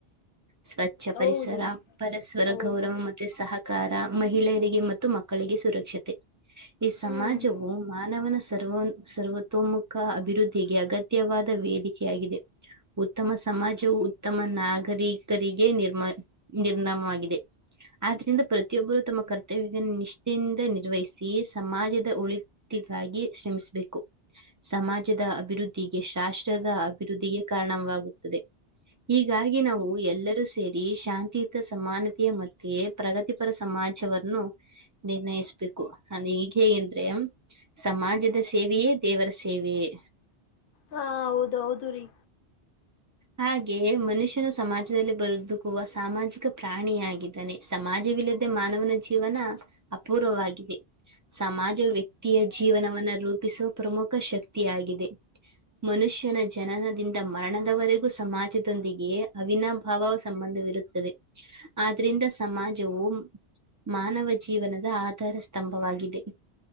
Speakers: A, on the right (about 20°); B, on the left (about 60°).
A: ಸ್ವಚ್ಛ
B: ಹೌದು
A: ಪರಿಸರ
B: ರೀ
A: ಪರಸ್ಪರ
B: ಹೌದೌದು
A: ಗೌರವ ಮತೆ ಸಹ ಸಹಕಾರ ಮಹಿಳೆಯರಿಗೆ ಮತ್ತು ಮಕ್ಕಳಿಗೆ ಸುರಕ್ಷತೆ ಈ ಸಮಾಜವು
B: ಹ್ಮ್
A: ಮಾನವನ ಸರ್ವ ಸರ್ವತೋಮುಖ ಅಭಿವೃದ್ಧಿಗೆ ಅಗತ್ಯವಾದ ವೇದಿಕೆಯಾಗಿದೆ ಉತ್ತಮ ಸಮಾಜವು ಉತ್ತಮ ನಾಗ ನಾಗರಿಕರ ಕರಿ ನಿರ್ಮ ನಿರ್ನಾಮವಾಗಿ ಆದ್ರಿಂದ ಪ್ರತಿಯೊಬ್ಬರು ತಮ್ಮ ಕರ್ತವ್ಯ ನಿಷ್ಠೆಯಿಂದ ನಿರ್ವಹಿಸಿ ಸಮಾಜದ ಒಳತಿಗಾಗಿ ಶ್ರಮಿಸಬೇಕು ಸಮಾಜದ ಅಭಿವೃದ್ಧಿ ರಾಷ್ಟ್ರದ ಅಭಿವೃದ್ಧಿಗೆ ಕಾರಣವಾಗುತ್ತದೆ ಹೀಗಾಗಿ ನಾವು ಎಲ್ಲರೂ ಸೇರಿ ಶಾಂತಿಯುತ ಸಮಾನತೆಯ ಮತ್ತೆ ಪ್ರಗತಿಪರ ಸಮಾಜವನ್ನು ನಿರ್ಣಯ ಬೇಕು ಈಗ ಹೇಗ ಅಂದ್ರೆ ಸಮಾಜದ ಸೇವೆಯೇ ದೇವರ ಸೇವೆಯೇ
B: ಹಾ ಹೌದ ಹೌದು ರೀ
A: ಹಾಗೆ ಮನುಷ್ಯನು ಸಮಾಜದಲ್ಲಿ ಬದುಕುವ ಸಾಮಾಜಿಕ ಪ್ರಾಣಿಯಾಗಿದ್ದಾನೆ ಸಮಾಜವಿಲ್ಲದೆ ಮಾನವನ ಜೀವನ ಅಪೂರ್ವವಾಗಿದೆ ಸಮಾಜ ವ್ಯಕ್ತಿಯ ಜೀವನವವನ್ನುರು ರೂಪಿಸುವ ಪ್ರಮುಖ ಶಕ್ತಿಯಾಗಿದೆ ಮನುಷ್ಯನ ಜನನದಿಂದ ಮರಣದವರೆಗೂ ಹಾಗ ಸಮಾಜದೊಂದಿಗೆ ಅವಿನಾಭಾವ ಸಂಬಂಧವಿರುತ್ತವೆ ಆದ್ರಿಂದ ಸಮಾಜವು ಮಾನವ ಜೀವನದ ಆಧಾರ ಸ್ತಂಭವಾಗಿದೆ